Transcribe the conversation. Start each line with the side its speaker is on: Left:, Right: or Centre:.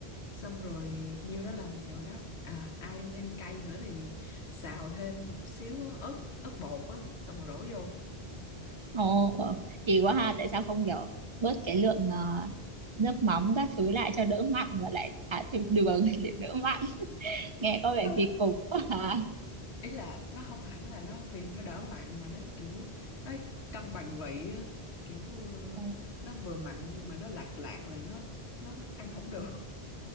Left: xong rồi nhiêu đó là rồi đó à ai ưng ăn cay nữa thì xào thêm một xíu ớt ớt bột á xong rồi đổ vô
Right: Ồ, wow. Kỳ quá ha, tại sao không kiểu bớt cái lượng ờ, nước mắm các thứ lại cho đỡ mặn và lại thả thêm đường <laughs> để đỡ mặn. Nghe có vẻ
Left: Ôi,
Right: kỳ cục quá hả?
Left: ý là nó không hẳn là nó vì nó đỡ mặn mà nó kiểu nó cân bằng vị á kiểu ờ,
Right: Ồ.
Left: nó vừa mặn nhưng mà nó lạc lạc là nó nó ăn không được